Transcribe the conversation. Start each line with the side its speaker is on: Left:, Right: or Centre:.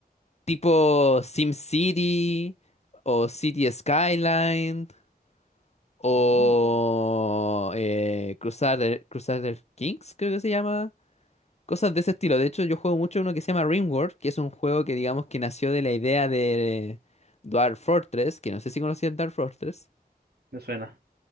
Left: tipo SimCity o City Skyline o
Right: Mm,
Left: eh, Crusader, Crusader Kings, creo que se llama. Cosas de ese estilo. De hecho, yo juego mucho uno que se llama RimWorld, que es un juego que digamos que nació de la idea de Dwarf Fortress, que no sé si conocías Dwarf Fortress.
Right: me suena,